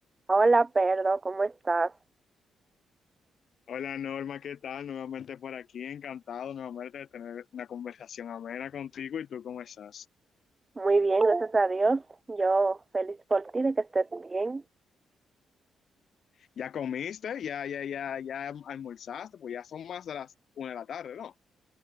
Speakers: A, on the right; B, on the left.
A: Hola, Pedro, ¿cómo estás?
B: Hola Norma, ¿qué tal? Nuevamente por aquí, encantado nuevamente de tener una conversación amena contigo. ¿Y tú cómo estás?
A: Muy bien, gracias a Dios. Yo feliz por ti de que estés bien.
B: ¿Ya comiste? ¿Ya, ya, ya, ya almorzaste? Pues ya son más de las una de la tarde, ¿no?